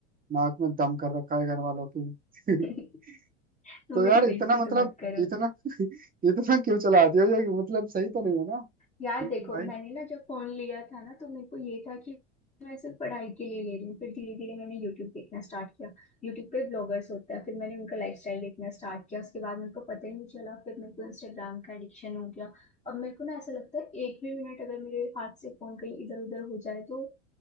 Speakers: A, on the right; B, on the left.
A: नाक में दम कर रखा है घर वालों की
B: <laughs> तुम
A: <laughs> तो
B: मेरी
A: यार इतना
B: बेइज्जती
A: मतलब
B: तो मत करो
A: इतना <laughs> इतना क्यों चलाती हो ये मतलब सही तो नहीं है ना
B: यार
A: बिल्कुल
B: देखो
A: भाई
B: मैंने ना जब फोन लिया था ना तो मेरे को ये था कि मैं सिर्फ पढ़ाई के लिए ले रही हूँ फिर धीरे धीरे मैंने यूट्यूब देखना स्टार्ट किया यूट्यूब पे ब्लॉगर्स होते हैं फिर मैंने उनका लाइफस्टाइल देखना स्टार्ट किया उसके बाद मेरे को पता ही नहीं चला फिर मेरे को इंस्टाग्राम का एडिक्शन हो गया अब मेरे को ना ऐसा लगता है एक भी मिनट अगर मेरे हाथ से फोन कहीं इधर उधर हो जाए तो